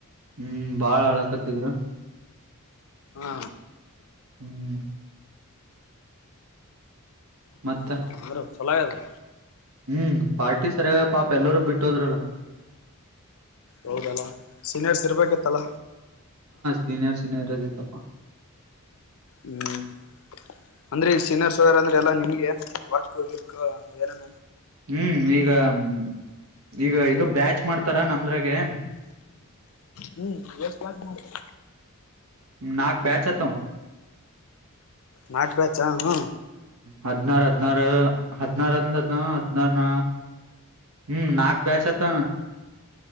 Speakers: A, on the right (about 70°); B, on the left (about 65°).
A: ಹ್ಮ್ ಬಾಳ ಅಳಕತ್ತಿದ್ರು.
B: ಹಾ.
A: ಹ್ಮ್. ಮತ್ತ
B: ಅದರ ಹಲೋ ಚಲೋ ಆಗ್ಯಾದೆ
A: ಹ್ಮ್ ಪಾರ್ಟಿ ಸರಿಯ ಪಾಪ ಎಲ್ಲರೂ ಬಿಟ್ಟೋದ್ರಲ್ಲ
B: ಹೌದಲಾ ಸೀನಿಯರ್ಸ್ ಇರ್ಬೇಕಿತ್ತಲ್ಲ
A: ಸೀನಿಯರ್ಸ್ ಇನ್ನು ಇರೋದಿತಪ್ಪ.
B: ಹ್ಮ್ ಅಂದ್ರೆ ಈ ಸೀನಿಯರ್ಸ್ ಅವ್ರ್ ಅಂದ್ರೆ ಎಲ್ಲಾ ನಿಮಗೆ ಏನ್ ವರ್ಕು ಗಿರ್ಕು ಆ ಏನೇನ
A: ಹ್ಮ್ ಈಗಾ ಹ್ಮ್ ಈಗ ಇದು ಬ್ಯಾಚ್ ಮಾಡ್ತರ ನಮ್ದ್ರಗೆ
B: ಹ್ಮ್ ಎಸ್ಟ್ ಬ್ಯಾಚ್ ಮಾಡಿದ್ದೆ
A: ನಾಕ್ ಬ್ಯಾಚ್ ಅತಾವ್-
B: ನಾಕ್ ಬ್ಯಾಚ್ ಹಾ ಹು
A: ಹದ್ನಾರ್ ಹದ್ನಾರೂ ಹದ್ನಾರೊಂದ್ ಹದ್ನಾರ್ ಹದ್ನಾರ್ ನಾ ಹ್ಮ್ ನಾಕ್ ಬ್ಯಾಚ್ ಅತ್ತ